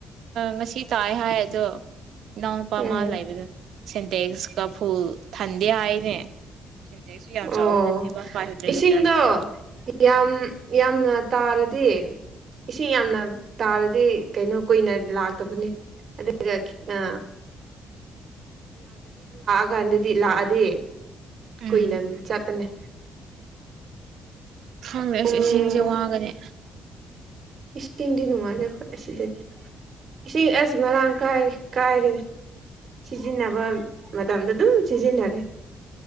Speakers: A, on the right; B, on the right.
A: ꯉꯁꯤ ꯇꯥꯏ ꯍꯥꯏ ꯑꯗꯣ ꯏꯅꯥꯎꯅꯨꯄꯥ
B: ꯎꯝ
A: ꯃꯥ ꯂꯩꯕꯗ ꯁꯦꯟꯇꯦꯛꯁ ꯀꯐꯨꯜ ꯊꯟꯗꯦ ꯍꯥꯏꯅꯦ ꯁꯤꯟꯇꯦꯛꯁꯨ ꯌꯥꯝ
B: ꯑꯣ
A: ꯆꯥꯎꯕ ꯅꯠꯇꯦꯕ ꯐꯥꯏꯚ ꯍꯟꯗ꯭ꯔꯦꯠ
B: ꯏꯁꯤꯡꯗꯣ
A: ꯂꯤꯇꯔꯁꯤꯗꯤꯀꯣ
B: ꯌꯥꯝ ꯌꯥꯝꯅ ꯇꯥꯔꯗꯤ ꯏꯁꯤꯡ ꯌꯥꯝꯅ ꯇꯥꯔꯗꯤ ꯀꯩꯅꯣ ꯀꯨꯏꯅ ꯂꯥꯛꯇꯕꯅꯤ ꯑꯗꯨꯒ ꯑ ꯒꯗꯤꯗꯤ ꯂꯥꯛꯑꯗꯦ
A: ꯎꯝ
B: ꯀꯨꯏꯗꯃꯤ ꯆꯠꯄꯅꯤ
A: ꯐꯪꯗ꯭ꯔꯦꯁ
B: ꯄꯨꯡ
A: ꯏꯁꯤꯡꯁꯦ ꯋꯥꯒꯅꯤ
B: ꯏꯁꯤꯡꯗꯤ ꯅꯨꯡꯉꯥꯏꯌꯦ ꯑꯁꯤꯗꯗꯤ ꯏꯁꯤꯡ ꯑꯁ ꯃꯔꯥꯡ ꯀꯥꯏꯔꯦ ꯀꯥꯏꯔꯦꯗ ꯁꯤꯖꯤꯟꯅꯕ ꯃꯇꯝꯗ ꯑꯗꯨꯝ ꯁꯤꯖꯤꯟꯅꯔꯦ